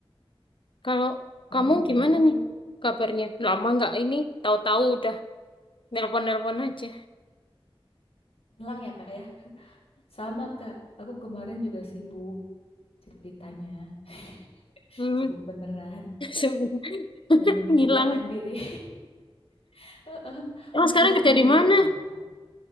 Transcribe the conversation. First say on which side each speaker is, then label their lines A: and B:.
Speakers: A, on the left (about 55°); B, on the left (about 80°).
A: kalau
B: Oh,
A: kamu gimana nih kabarnya? Lama nggak ini? Tahu-tahu udah nelpon-nelpon aja.
B: hilang ya Kak ya? Sama Kak, aku kemarin juga sibuk ceritanya. <laughs>
A: Hmm,
B: Sibuk beneran.
A: <laughs> sebenarnya <laughs>
B: Ya menyibukkan
A: ngilang.
B: diri. <laughs> Heeh,
A: Emang
B: Menyibukkan
A: sekarang kerja di
B: diri
A: mana?
B: gitu Kak.